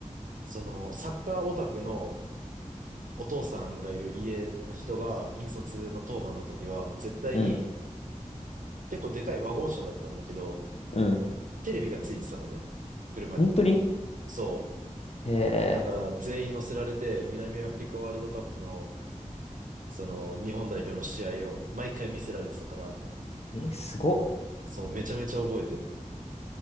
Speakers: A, on the right (about 85°); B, on the left (about 55°).
A: そのサッカーオタクのお父さんがいる家の人が引率の当番の時は絶対に
B: うん。
A: 結構でかいワゴン車だったんだけど、
B: うん
A: テレビがついてたのね。車に。
B: 本当に
A: そ
B: へえ、
A: う。だから全員乗せられて南アフリカワールドカップのその日本代表の試合を毎回見せられてたから、
B: えー、すごっ。
A: そう、めちゃめちゃ覚えてる。